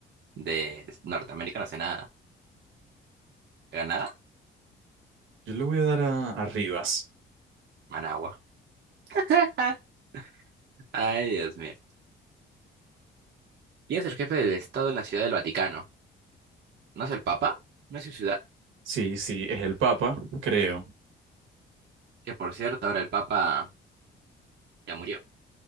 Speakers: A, on the right (about 60°); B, on the right (about 90°).
A: de Norteamérica no sé nada. ¿Granada?
B: Yo le voy a dar a, a Rivas.
A: Managua. <laughs> Ay, Dios mío. ¿Quién es el jefe del Estado en la Ciudad del Vaticano? ¿No es el Papa? No es su ciudad.
B: Sí, sí, es el Papa, creo.
A: Que por cierto, ahora el Papa ya murió.